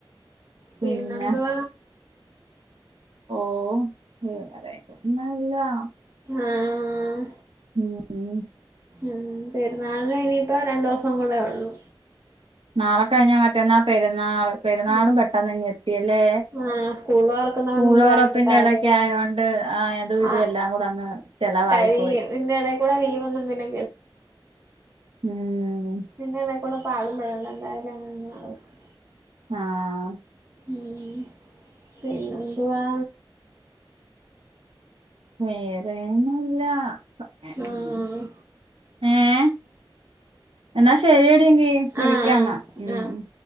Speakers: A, on the right; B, on the right.
A: പിന്നെന്താ
B: പിന്നെ ഓഹ് <unintelligible> ന്നല്ല
A: ആഹ്
B: ഉം ഉം
A: ഉം പെരുന്നാൾന് ഇനിയിപ്പ രണ്ടു ദിവസം കൂടെ ഒള്ളൂ
B: നാളെക്കഴിഞ്ഞാ മറ്റന്നാ പെരുന്നാള് പെരുന്നാളും
A: ഉം
B: പെട്ടെന്നിങ്ങെത്തിയല്ലേ
A: ആഹ് സ്കൂള് തുറക്കുന്നോണ്ട്
B: സ്കൂള്
A: മുമ്പായോണ്ട്
B: തുറപ്പിന്റെ
A: കാര്യം
B: ഇടക്കായോണ്ട് ആഹ് എ തും ഇതും
A: ആഹ്
B: എല്ലാം കൂടെ അങ്ങ് ചെലവായി
A: കഴിയും
B: പോയി
A: ഇതിന്റെ ഇടയിൽ കൂടെ ലീവൊന്നും പിന്നെ
B: ഉം
A: പിന്നെടേക്കൂടെ പാലും പഴും എന്തായാലും <unintelligible>
B: ആഹ്
A: ഉം പിന്നെന്തുവാ
B: വേറേന്നുല്ല <unintelligible>
A: ആഹ്
B: ഏഹ് എന്നാ ശരിയെടീ എങ്കി വിളിക്കാംന്നാ
A: ആഹ്
B: ഉം
A: ആഹ്
B: ഉം